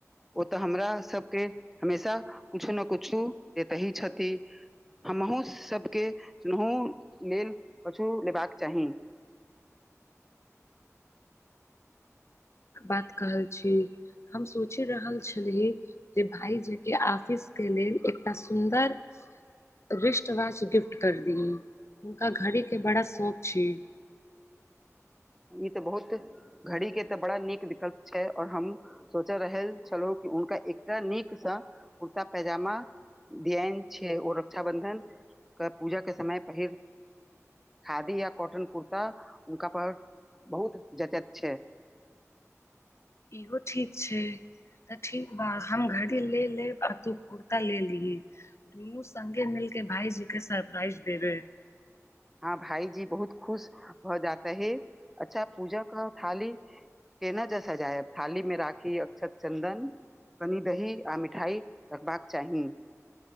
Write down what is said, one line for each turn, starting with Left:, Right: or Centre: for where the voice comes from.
Centre: ओ तऽ हमरा सभके हमेशा कुछो ने कुछो देते ही छथि। हम हुँ सभकेहु लेल कछु लेबाक चाही।
Left: बात कहल छी हम सोचि रहल छली। जे भाईजी के आफिस के लेलऽ एकटा सुन्दर। रिष्टवासँ गिफ्ट कर दी हुनका घड़ी के बड़ा शौक छैय।
Centre: ई त बहुत घड़ी के तऽ बड़ा नीक विकल्प छै और हम। सोच रहल छलहु कि हुनका एकटा नीकस कुर्ता पैजामा। देयन छै ओ रक्षाबंधन के पूजा के समय पहिर। खादी यो कॉटन कुर्ता हुनका पर बहुत जटत छै। <inaudible>
Left: इहो ठीक छै। तऽ ठीक ब हम घड़ी ले लेब आ तू कुर्ता ले लिही दुनू संगे मिलके भाईजी के सरप्राइज दे रहे है
Centre: हँ भाईजी बहुत खुश भऽ जाता है अच्छा पूजा कर थाली के नहि जस जाय थाली मे राखी अक्षत चन्दन कनी दही आ मिठाई रखबाकऽ चाही <inaudible>